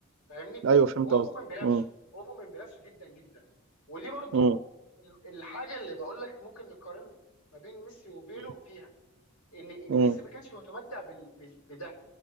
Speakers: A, on the left (about 80°); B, on the right (about 60°).
A: فاهمني؟
B: ايوه فهمت
A: هو
B: قصدك
A: مؤمن بنفسه
B: مم.
A: هو مؤمن بنفسه جدا جدا ودي برضو
B: مم.
A: ال- الحاجه اللي بقول لك ممكن نقارن ما بين ميسي وبينه
B: مم.
A: فيها ان ان
B: مم.
A: ميسي ما كانش متمتع بال... بال- بده